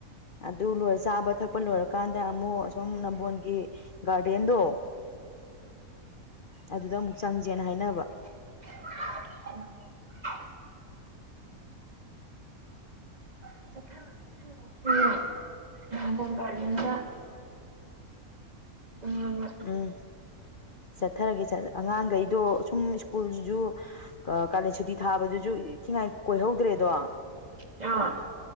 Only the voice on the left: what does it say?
ꯑꯗꯨ ꯂꯣꯏꯔ ꯆꯥꯕ ꯊꯛꯄ ꯂꯣꯏꯔꯀꯥꯟꯗ ꯑꯃꯨꯛ ꯑꯁꯨꯝ ꯅꯝꯕꯣꯟꯒꯤ ꯒꯥꯔꯗꯦꯟꯗꯣ ꯑꯗꯨꯗ ꯑꯃꯨꯛ ꯆꯪꯁꯦꯅ ꯍꯥꯏꯅꯕ
ꯎꯝ ꯆꯠꯊꯔꯒꯦ ꯑꯉꯥꯡꯈꯩꯗꯣ ꯁꯨꯝ ꯁ꯭ꯀꯨꯜꯁꯤꯁꯨ ꯀꯥꯂꯦꯟ ꯁꯨꯇꯤ ꯊꯥꯕꯗꯨꯁꯨ ꯏꯊꯤꯉꯥꯏ ꯀꯣꯏꯍꯧꯗ꯭ꯔꯦꯗꯣ